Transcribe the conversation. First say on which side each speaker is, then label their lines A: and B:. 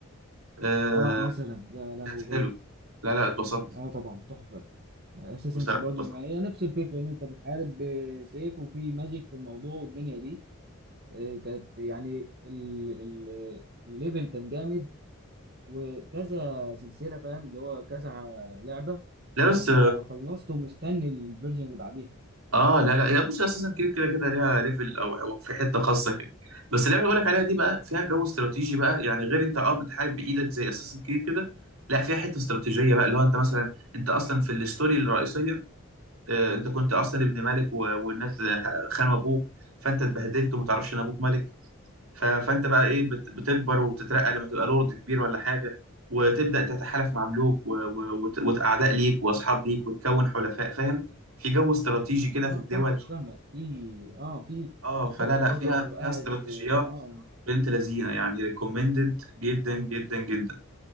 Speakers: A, on the right; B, on the right.
A: آه
B: اه مثلا يا لهوي
A: كانت حلو لا لا اتبسطت
B: اه طبعا تحفه اساسنس
A: بصراحه
B: برضو
A: اتبسطت
B: ما هي نفس الفكره ان انت بتحارب بسيف وفي ماجيك في الموضوع والدنيا دي آه، كانت يعني ال- ال- الليفل كان جامد وكذا سلسله فاهم اللي هو كذا لعبه
A: لا
B: انت
A: بس
B: بتبقى خلصت ومستني الفيرجن اللي بعديها
A: اه لا لا لا، بص اساسا كده كده كده ليها ليفل او أو في حته خاصه كده بس اللعبه اللي بقولك عليها دي بقى فيها جو استراتيجي بقى يعني غير انت اه بتحارب بايدك زي اساسا كده كده لا فيها حته استراتيجيه بقى اللي هو انت مثلا انت اصلا في الستوري الرئيسيه آه انت كنت اصلا ابن ملك و- والناس خانوا ابوك فانت اتبهدلت وما تعرفش ان ابوك ملك ف- فانت بقى ايه بت- بتكبر وبتترقى لما تبقى لورد كبير ولا حاجه وتبدا تتحالف مع ملوك و- و- وت- واعداء ليك واصحاب ليك وتكون حلفاء فاهم في جو استراتيجي كده
B: اه
A: في الدول
B: فاهمك فاهمك في اه في
A: اه
B: بتحط
A: فلا لا
B: خطط
A: فيها
B: وقاعد
A: فيها استراتيجيات
B: اه
A: بنت لذينه يعني ريكومندد جدا جدا جدا